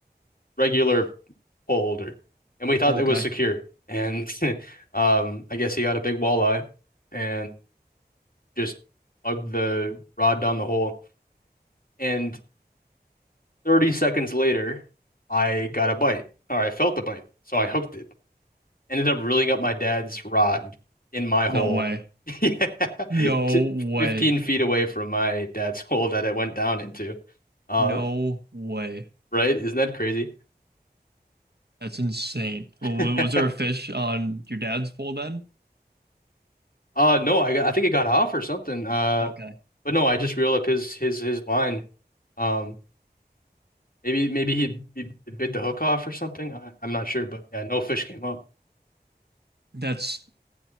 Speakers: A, on the left; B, on the right.
A: regular pole holder, and we thought
B: Oh
A: it
B: okay,
A: was secure. And <laughs> um, I guess he got a big walleye and just plugged the rod down the hole. And 30 seconds later, I got a bite, or I felt the bite, so I hooked it. Ended up reeling up my dad's rod in my hole.
B: no way,
A: <laughs> Yeah,
B: no
A: t-
B: way,
A: 15 feet away from my dad's <laughs> hole that it went down into. Uh,
B: no way.
A: right? Isn't that crazy?
B: That's insane.
A: <laughs>
B: W- Was there a fish on your dad's pole then?
A: Uh, no, I got, I think it got off or something. Uh,
B: Okay,
A: But no, I just reeled up his his his line. Um, maybe maybe he, he bit the hook off or something. I, I'm not sure, but yeah, no fish came up.
B: that's